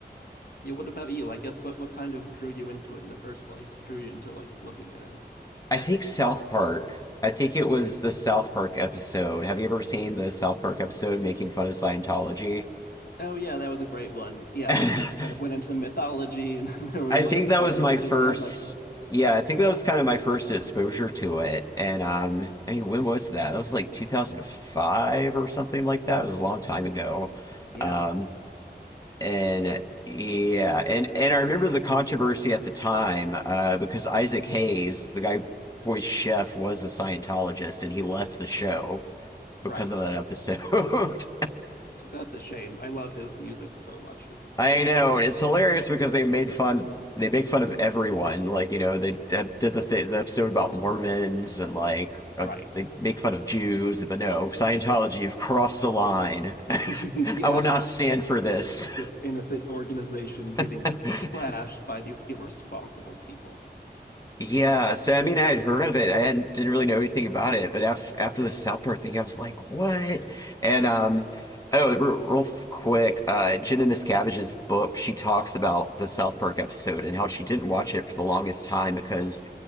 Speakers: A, on the left; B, on the left.
A: Yeah, what about you? I guess what what kind of drew you into it in the first place? Drew you into like looking at it?
B: I think South Park, I think it was
A: Mhm.
B: the South Park episode. Have you ever seen the South Park episode making fun of Scientology?
A: Oh yeah, that was a great one. Yeah,
B: <laughs>
A: they they just kind of went into the mythology and <laughs> there was
B: I
A: like
B: think
A: a point
B: that was
A: where
B: my
A: they
B: first,
A: just had like
B: yeah,
A: yeah,
B: I think that was kind of my first exposure to it. And um, I mean, when was that? That was like 2005 or something like that. It was a long time ago.
A: yeah,
B: Um, And yeah, and and I remember the controversy at the time uh, because Isaac Hayes, the guy who voiced Chef, was a Scientologist, and he left the show because
A: right.
B: of that episode. <laughs>
A: That's a shame. I love his music so much. It's
B: I
A: such
B: know,
A: a shame.
B: and it's hilarious because they made fun. They make fun of everyone. Like, you know, they did the, th the episode about Mormons and like uh,
A: Right.
B: they make fun of Jews, but no, Scientology, you've crossed the line. <laughs>
A: <laughs> yeah.
B: I will not stand for this.
A: This innocent organization getting
B: <laughs>
A: trashed by these irresponsible people.
B: Yeah, so I mean, I had heard of it. I hadn't, didn't really know anything about it, but after after the South Park thing, I was like, what? And um, oh, r real quick, uh, Jenna Miscavige's book, she talks about the South Park episode and how she didn't watch it for the longest time because